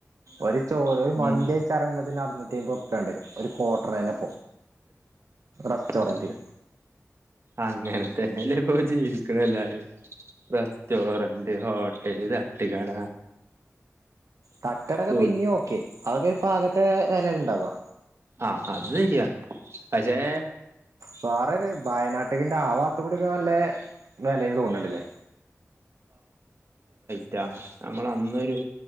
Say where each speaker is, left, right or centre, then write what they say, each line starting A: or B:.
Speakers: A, on the right; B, on the right.
A: ഒരു ചോറ് ഒരു മന്തി
B: ഉം
A: കഴിച്ചിറങ്ങുമ്പതന്നെ മുന്നൂറ്റി അൻപത് റൂപ്പി വരും ഒരു കോർട്ടർ തന്നെ റസ്റ്റോറൻറ്
B: അത് അങ്ങനെ തന്നെല്ലേ ബ്രോ ഇപ്പോ ജീവിക്കുന്ന എല്ലാരും റെസ്റ്റോറന്റ് ഹോട്ടല് തട്ടുകട
A: തട്ടുകടയെക്കെ
B: ഫുഡ്
A: പിന്നെയും ഓക്കെ അതൊക്കെ ഇപ്പോ ആകെ ത്തെ വിലയുണ്ടാവുക
B: ആ അത് ശരിയാ പക്ഷെ
A: വേറൊരു വയനാട്ടിന്റെ ആവാത്തു കൂടിയൊക്കെ നല്ല നിലയിൽ തോന്നുന്നുണ്ടല്ലേ
B: മറ്റ നമ്മൾ അന്നൊരു